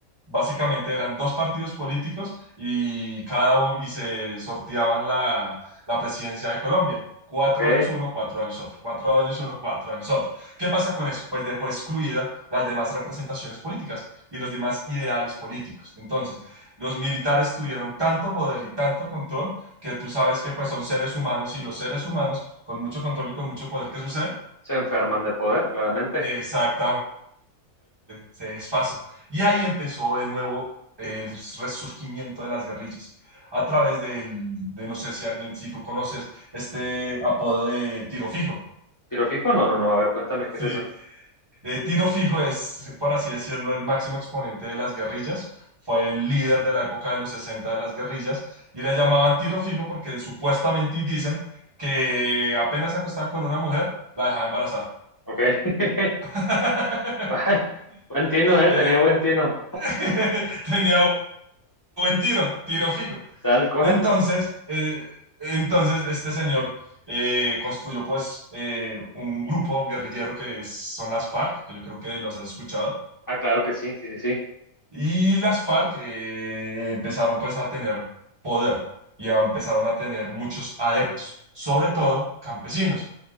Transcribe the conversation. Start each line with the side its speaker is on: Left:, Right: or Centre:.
Right: Básicamente eran dos partidos políticos y cada u- y se sorteaban la, la presidencia de Colombia. Cuatro
Left: Ok.
Right: años uno, cuatro años otro, cuatro años uno, cuatro años otro. ¿Qué pasa con eso? Pues dejó excluida las demás representaciones políticas y los demás ideales políticos. Entonces, los militares tuvieron tanto poder y tanto control que tú sabes que pues son seres humanos y los seres humanos con mucho control y con mucho poder, ¿qué sucede?
Left: Se enferman de poder, claramente.
Right: Exactamente, se desfasan. Y ahí empezó de nuevo el resurgimiento de las guerrillas a través del, de no sé si alguien, si tú conoces este apodo de tiro fijo.
Left: ¿Tiro fijo? No, no, no. A ver, cuéntame, ¿qué
Right: Sí,
Left: es eso?
Right: Eh, Tiro Fijo es, por así decirlo, el máximo exponente de las guerrillas. Fue el líder de la época de los 60 de las guerrillas y le llamaban Tiro Fijo porque supuestamente y dicen que apenas se acostaba con una mujer, la dejaba embarazada.
Left: Ok. <laughs>
Right: <laughs>
Left: Ay, Buen tino, ¿eh?
Right: Eh,
Left: Tenía buen tino.
Right: <laughs> Tenía buen tiro, tiro fijo.
Left: Tal cual.
Right: Entonces, eh, entonces este señor eh, construyó pues eh, un grupo guerrillero que es- son las FARC, que yo creo que los has escuchado.
Left: Ah, claro que sí, sí, sí, sí.
Right: Y las FARC eh, empezaron pues a tener poder y a- empezaron a tener muchos adeptos, sobre todo campesinos.